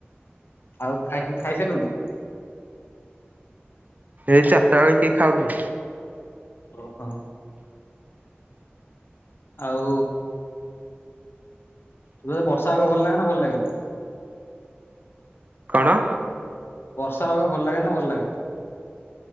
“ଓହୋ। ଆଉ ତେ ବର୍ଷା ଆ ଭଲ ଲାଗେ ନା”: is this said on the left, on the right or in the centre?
Left